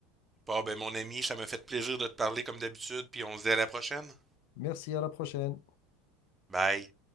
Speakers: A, on the right; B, on the left.
A: Bon, ben mon ami, ça me fait plaisir de te parler comme d'habitude, puis on se dit à la prochaine.
B: Merci, à la prochaine.
A: Bye.